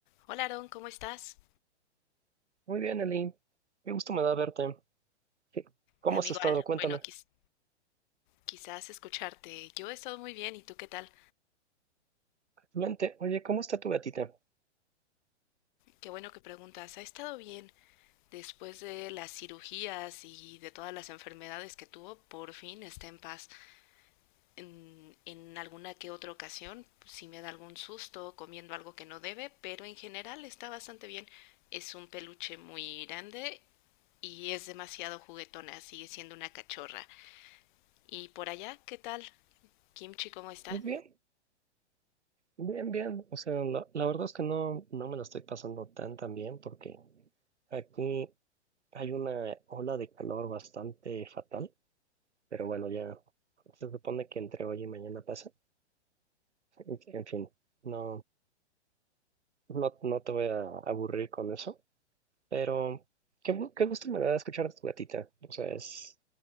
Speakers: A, on the left (about 45°); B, on the right (about 75°).
A: Hola Aaron, ¿cómo estás?
B: Muy bien, Eli. Qué gusto me da verte. ¿Qué- ¿Cómo
A: Amigo
B: has estado?
A: Al,
B: Cuéntame.
A: bueno, quiz- quizás escucharte. Yo he estado muy bien, ¿y tú qué tal?
B: Vente. Oye, ¿cómo está tu gatita?
A: Qué bueno que preguntas. ¿Ha estado bien después de las cirugías y de todas las enfermedades que tuvo? Por fin está en paz. En, en alguna que otra ocasión, si me da algún susto comiendo algo que no debe, pero en general está bastante bien. Es un peluche muy grande y es demasiado juguetona, sigue siendo una cachorra. ¿Y por allá qué tal? Kimchi, ¿cómo está?
B: Pues Bien, bien, bien. O sea, la, la verdad es que no, no me la estoy pasando tan tan bien porque aquí hay una ola de calor bastante fatal. Pero bueno, ya se supone que entre hoy y mañana pasa. En en fin, no, no, no te voy a aburrir con eso. Pero qué, gu- qué gusto me da escuchar de tu gatita. O sea, es,